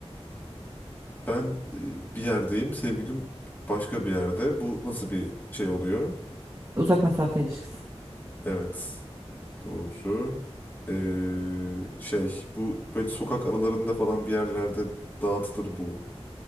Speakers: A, on the left; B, on the right.
A: ben e, bir yerdeyim. Sevgilim başka bir yerde. Bu nasıl bir şey oluyor?
B: uzak mesafe ilişkisi,
A: Evet. Doğru. E, şey bu böyle sokak aralarında falan bir yerlerde dağıtılır bu.